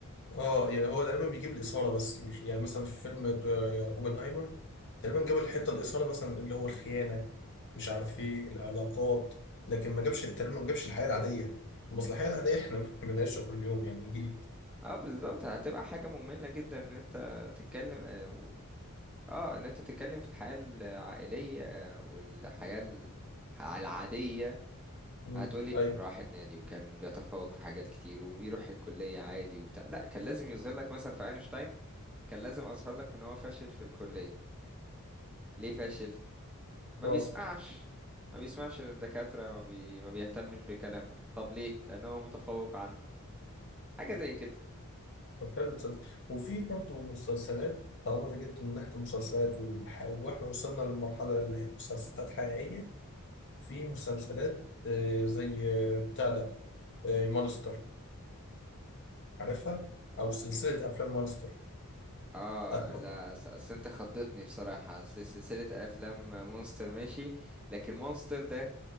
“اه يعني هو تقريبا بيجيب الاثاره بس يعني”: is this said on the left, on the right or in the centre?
Left